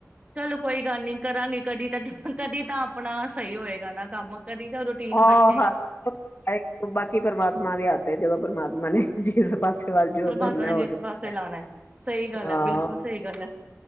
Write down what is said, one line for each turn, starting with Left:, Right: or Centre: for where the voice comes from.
Right: ਚਲੋ ਕੋਈ ਗੱਲ ਨੀ। ਕਰਾਂਗੇ ਕਦੀ ਤਾਂ <unintelligible> ਕਦੀ ਤਾਂ ਆਪਣਾ ਸਹੀ ਹੋਏਗਾ ਨਾ ਕੰਮ। ਕਦੀ ਤਾਂ ਰੂਟੀਨ
Left: ਆਹ
Right: ਬੈਠੇਗਾ
Left: ਹ <inaudible> ਬਾਕੀ ਪ੍ਰਮਾਤਮਾ ਦੇ ਹਤੇ ਜਦੋਂ ਪ੍ਰਮਾ ਮਾਨੇ ਜਿਸ ਪਾਸੇ ਵੱਲ ਜੋ
Right: ਪਰਮਾਤਮਾ
Left: ਕਰਨੈ
Right: ਨੇ
Left: ਓਦੋ
Right: ਜਿਸ ਪਾਸੇ
Left: ਕਰਣੈ
Right: ਲਾਣਾ। ਹੈ। ਸਹੀ ਗੱਲ
Left: ਹਾਂ
Right: ਹੈ ਬਿਲਕੁਲ
Left: <inaudible>
Right: ਸਹੀ ਗੱਲ ਹੈ